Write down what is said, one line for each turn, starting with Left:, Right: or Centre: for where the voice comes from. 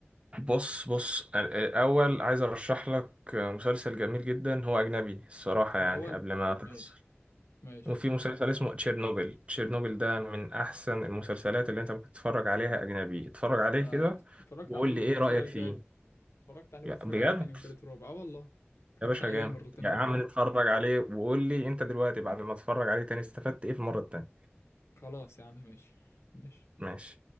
Right: بص بص الاول عايز ارشح لك مسلسل جميل جدا هو اجنبي الصراحه
Left: الاول
Right: يعني قبل ما تفصل
Left: ماشي ماشي
Right: وفي مسلسل اسمه تشيرنوبل تشيرنوبل ده من احسن المسلسلات اللي انت ممكن تتفرج عليها اجنبي اتفرج عليه
Left: انا
Right: كده
Left: ات- اتفرجت
Right: وقول
Left: عليه
Right: لي ايه
Left: وهتفرج
Right: رايك
Left: عليه
Right: فيه
Left: تاني اتفرجت عليه
Right: يا-
Left: وهتفرج
Right: بجد
Left: عليه تاني وتالت ورابع اه والله اتفرجت
Right: يا باشا
Left: عليه
Right: جامد
Left: مرتين
Right: يا
Left: قبل
Right: عم
Left: كده
Right: نتفرج عليه وقول لي انت دلوقتي بعد ما اتفرج عليه تاني استفدت ايه في المره التانيه
Left: خلاص يا عم ماشي ماشي
Right: ماشي